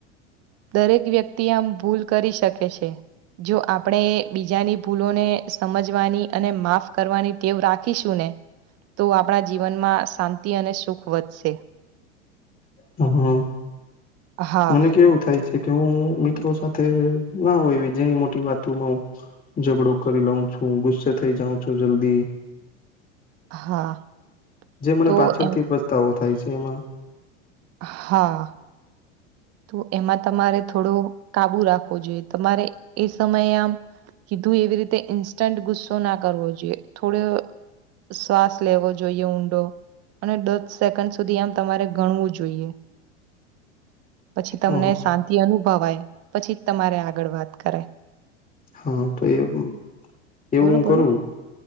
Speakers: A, on the right (about 40°); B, on the left (about 20°).
A: દરેક વ્યક્તિ આમ ભૂલ કરી શકે છે, જો આપ આપણે બીજાની ભૂલોને સમજવાની અને માફ કરવાની ટેવ રાખીશું ને તો આપણા જીવનમાં શાંતિ અને સુખ વધશે.
B: હા
A: હા,
B: મને કેવું થાય છે કે હું મિત્રો સાથે ના હોય એવી જીની મોટી વાતોમાં હું ઝઘડો કરી લઉ છું, ગુસ્સે થઇ જાઉં છું જલ્દી
A: હા.
B: જે મને
A: તો
B: પાછળથી
A: એમ
B: પસ્તાવો થાય છે એમાં.
A: હા. તો એમાં તમારે થોડો કાબુ રાખવો જોઈએ. તમારે એ સમયે આમ કીધું એવી રીતે ઈન્સ્ટન્ટ ગુસ્સો ના કરવો જોઈએ થોડો શ્વાસ લેવો જોઈએ ઊંડો અને દસ સેકન્ડ સુધી આમ તમારે ગણવું જોઈએ. પછી તમને
B: હ
A: શાંતિ અનુભવાય પછી તમારે આગળ વાત કરાઈ.
B: હા તો એ એવું
A: બોલો
B: હું
A: બોલો
B: કરું